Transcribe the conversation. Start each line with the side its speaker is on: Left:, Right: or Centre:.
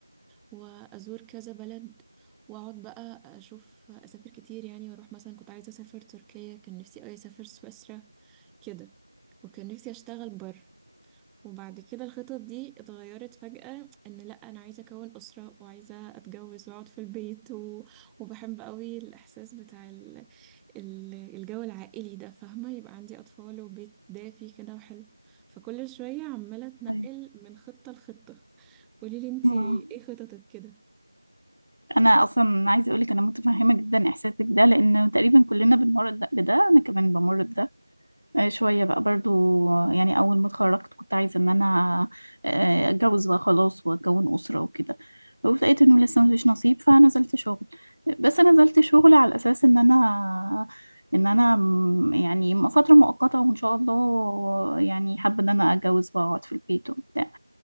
Centre: وازور كذا بلد واقعد بقى اشوف اسافر كتير يعني واروح مثلا كنت عايزة اسافر تركيا كان نفسي اوي اسافر سويسرا كده وكان نفسي اشتغل بره وبعد كده الخطط دي اتغيرت فجأة ان لا انا عايزة اكون اسرة وعايزة اتجوز واقعد في البيت و... وبحب قوي الاحساس بتاع ال... ال- الجو العائلي ده فاهمة يبقى عندي أطفال وبيت دافي كده وحلو فكل شوية عمالة أتنقل
Right: طيب
Centre: من خطة لخطة قوليلي انتي
Right: مم.
Centre: ايه خططك كده
Right: انا اصلا عايزه اقولك انا متفهمه جدا احساسك ده لان تقريبا كلنا بنمر ده- بده انا كمان بمر بده آه، شوية بقى برضو آه، يعني أول ما اتخرجت كنت عايزة إن أنا آه، أتجوز بقى خلاص وأكون أسرة وكده ولقيت إنه لسه مفيش نصيب فنزلت شغل بس أنا نزلت شغل على أساس إن أنا إن أنا م- يعني م- فترة مؤقتة وإن شاء الله يعني حابة إن أنا أتجوز بقى وأقعد في البيت وبتاع